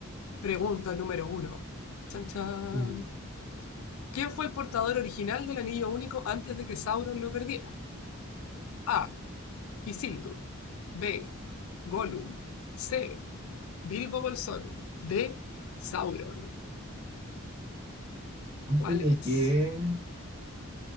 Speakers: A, on the left; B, on the right.
A: Pregunta número uno. Chan, chan.
B: Mm.
A: ¿Quién fue el portador original del Anillo Único antes de que Sauron lo perdiera? A. Isildur. B. Gollum. C. Bilbo Bolsón. D. Sauron.
B: Antes
A: ¿Cuál
B: de
A: es?
B: que... <laughs>